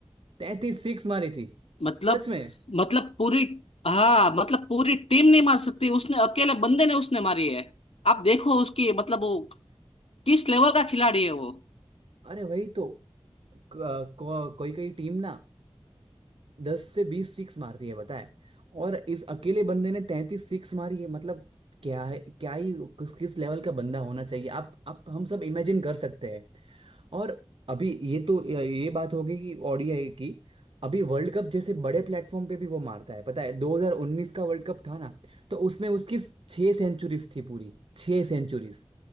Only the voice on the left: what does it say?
मतलब
मतलब पूरी हाँ मतलब पूरी टीम नहीं मार सकती उसने अकेले बंदे ने उसने मारी है आप देखो उसकी मतलब वो किस लेवल का खिलाड़ी है वो